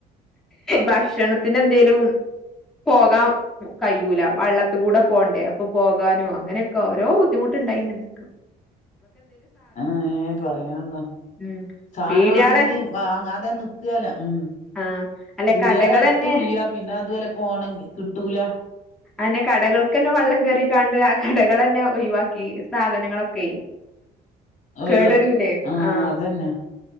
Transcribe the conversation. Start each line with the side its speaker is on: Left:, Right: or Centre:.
Centre: ഭക്ഷണത്തിന് എന്തേലും പോകാൻ കഴൂല വള്ളത്തി കൂടെ പോണ്ടേ അപ്പൊ പോകാനോ അങ്ങനെ ക്കോ ഓരോ ബുദ്ധിമുട്ടുണ്ടായി ഞങ്ങക്ക്.
Left: ആ ഹെ പറയാന്ണ്ടോ?
Centre: ഉം
Left: സാദനം
Centre: പീടിയാളെ
Left: വാങ്ങണെങ്കി വാങ്ങാതെ നിക്കെല്ല മം
Centre: ആഹ് അല്ല
Left: പീടിയാൾ
Centre: കടകളന്നെ
Left: അർതുല്ല്യ പിന്നെ അതുവല്ലാ പോണെങ്കി കിട്ടൂല.
Centre: അങ്ങനെ കടകൾക്കെന്നെ വള്ളം കേറിക്കാണ്ട് ആ കടകളെന്നെ ഒഴിവാക്കി സാധനങ്ങളൊക്കെയ്-
Left: ഒഴിവാക്കി
Centre: കേടെരൂലെ
Left: ആഹ്
Centre: ആ
Left: അതന്നെ